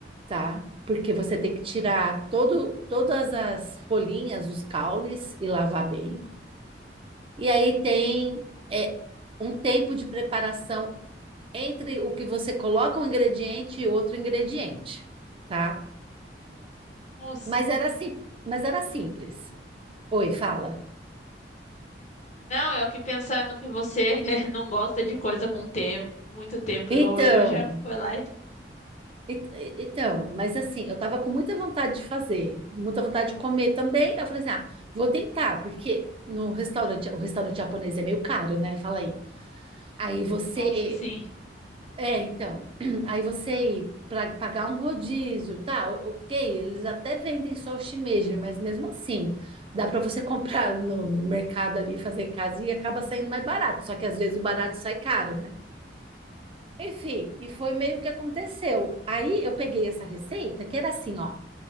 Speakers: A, on the right (about 30°); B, on the left (about 40°).
A: tá? Porque você tem que tirar todo, todas as folhinhas, os caules e lavar bem. E aí tem é, um tempo de preparação entre o que você coloca um ingrediente e outro ingrediente, tá?
B: Nossa.
A: Mas era assim, mas era simples. Oi, fala.
B: Não, eu aqui pensando que você <laughs> não gosta de coisa com tempo, muito tempo
A: Então,
B: igual eu, e já foi lá e.
A: et- et- então, mas assim, eu tava com muita vontade de fazer, muita vontade de comer também. Aí Eu falei assim, ah, vou tentar, porque no restaurante, o restaurante japonês é meio caro, né? Fala aí. Aí você,
B: Nossa, sim.
A: é, então, <clears throat> aí você ir para pagar um rodízio, tá? o- Ok, eles até vendem só o shimeji, mas mesmo assim, dá para você <laughs> comprar no, no mercado ali, fazer em casa e acaba saindo mais barato. Só que às vezes o barato sai caro, né? Enfim, e foi meio que aconteceu. Aí eu peguei essa receita, que era assim, ó,